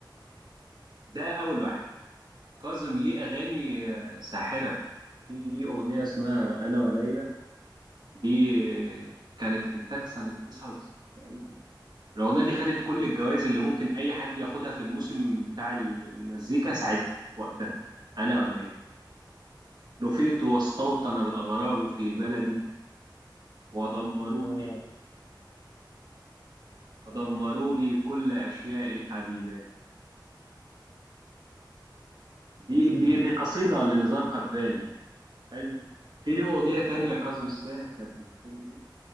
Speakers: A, on the right (about 60°); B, on the left (about 40°).
A: ده أول واحد كاظم ليه أغاني آه، ساحرة في ليه أغنية اسمها أنا وليلى دي آه، كانت إنتاج سنة 99 تقريبا الأغنية دي خدت كل الجوائز اللي ممكن أي حد ياخدها في الموسم بتاع المزيكا ساعتها في وقتها أنا وليلى نفيت واستوطن الأغراب في بلدي ودمروا
B: الله
A: لي ودمروا لي كل أشياء الحبيبات دي
B: يا سيدي
A: دي دي قصيدة لنزار قباني حلو في له أغنية تانية كاظم الساهر كانت بتقول إيه